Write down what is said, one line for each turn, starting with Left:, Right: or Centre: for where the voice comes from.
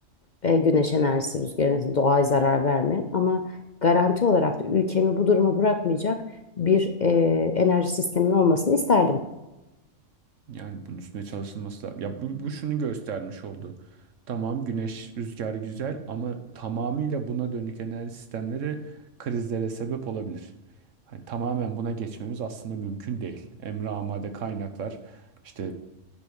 Left: E, güneş enerjisi, rüzgar enerjisi doğaya zarar vermeyen ama garanti olarak da ülkemi bu duruma bırakmayacak bir e, enerji sisteminin olmasını isterdim.
Right: Yani bunun üstüne çalışılması lazım. Ya bu, bu şunu göstermiş oldu. Tamam güneş rüzgarı güzel ama tamamıyla buna dönük enerji sistemleri krizlere sebep olabilir. Hani tamamen buna geçmemiz aslında mümkün değil. Emre amade kaynaklar işte